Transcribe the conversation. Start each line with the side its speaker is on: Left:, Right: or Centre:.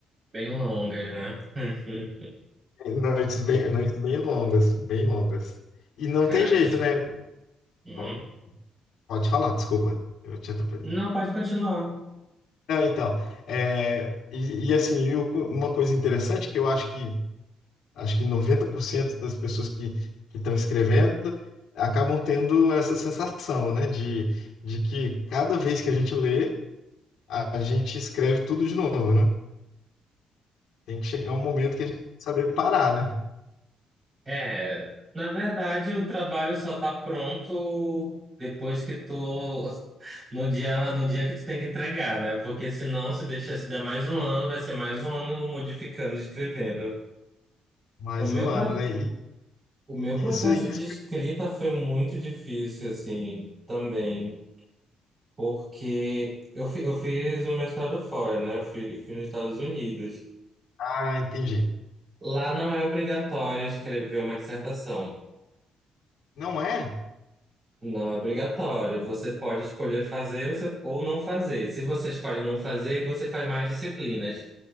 Right: Bem longas, né? <laughs>
Left: <laughs> noites bem, noites bem longas, bem longas. E não
Right: Cara,
Left: tem jeito,
Right: te-
Left: né?
Right: uhum.
Left: Po- Pode falar, desculpa, eu te atrapalhei.
Right: Não, pode continuar.
Left: Não, então, é, e, e assim, eu- uma coisa interessante que eu acho que acho que 90% das pessoas que que estão escrevendo acabam tendo essa sensação, né, de, de que cada vez que a gente lê, a, a gente escreve tudo de novo, né? Tem que chegar um momento que a gente tem que saber parar, né?
Right: É, na verdade, o trabalho só tá pronto depois que tu no dia no dia que tu tem que entregar, né? Porque senão se deixar se der mais um ano, vai ser mais um ano modificando, escrevendo.
Left: Mais
Right: O meu
Left: um ano,
Right: pra-
Left: né? E,
Right: o meu
Left: e
Right: processo
Left: isso é isso.
Right: de escrita foi muito difícil assim, também, porque eu, fi- eu fiz o mestrado fora, né? Eu fi- fiz nos Estados Unidos.
Left: Ah, entendi.
Right: Lá não é obrigatório escrever uma dissertação.
Left: Não é?
Right: Não é obrigatório. Você pode escolher fazer você- ou não fazer. Se você escolhe não fazer, você faz mais disciplinas,